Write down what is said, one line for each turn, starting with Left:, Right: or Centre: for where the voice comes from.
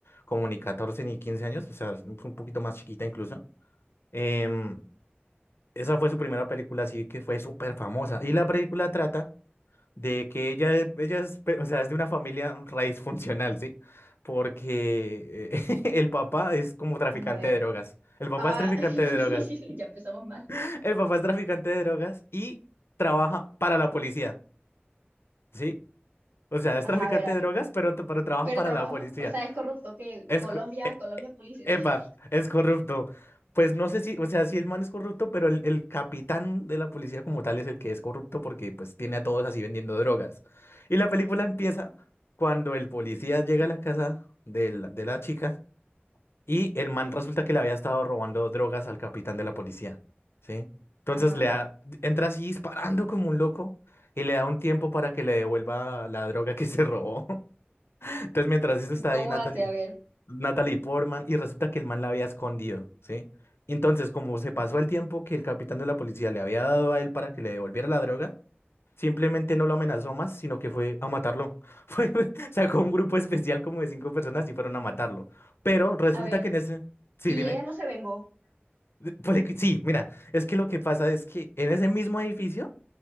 Left: como ni 14 ni 15 años, o sea, es un poquito más chiquita incluso. em, esa fue su primera película, así que fue súper famosa. Y la película trata de que ella, es- ella es, pe- o sea, es de una familia raíz funcional, ¿sí? Porque eh, <laughs> el papá es como traficante
Right: A ver.
Left: de drogas. El papá
Right: Ah,
Left: es traficante
Right: <laughs>
Left: de drogas.
Right: ya empezamos mal.
Left: <laughs> El papá es traficante de drogas y trabaja para la policía, ¿sí? O sea, es
Right: Ajá,
Left: traficante
Right: a ver, a
Left: de
Right: ver.
Left: drogas, pero, t- pero trabaja
Right: Pero
Left: para
Right: trabaja,
Left: la policía.
Right: pa- o sea, es corrupto que
Left: Es,
Right: Colombia,
Left: co- e-
Right: Colombia
Left: e-
Right: Polices.
Left: epa,
Right: <laughs>
Left: es corrupto. Pues no sé si, o sea, si el man es corrupto, pero el, el capitán de la policía como tal es el que es corrupto porque pues tiene a todos así vendiendo drogas. Y la película empieza cuando el policía llega a la casa de la, de la chica y el man resulta que le había estado robando drogas al capitán de la policía, ¿sí? Entonces
Right: Ajá,
Left: le
Right: a ver.
Left: da- entra así disparando como un loco y le da un tiempo para que le devuelva la droga que se robó. Entonces, mientras esto
Right: ¿Y
Left: está
Right: cómo
Left: ahí, Natalie,
Right: hace? A ver,
Left: Natalie Portman, y resulta que el man la había escondido, ¿sí? Entonces, como se pasó el tiempo que el capitán de la policía le había dado a él para que le devolviera la droga, simplemente no lo amenazó más, sino que fue a matarlo. <laughs> Fue, sacó un grupo especial como de cinco personas y fueron a matarlo. Pero resulta
Right: a ver.
Left: que en ese... Sí,
Right: Y
Left: dime.
Right: ella no se vengó.
Left: Eh, Puede que- Sí, mira, es que lo que pasa es que en ese mismo edificio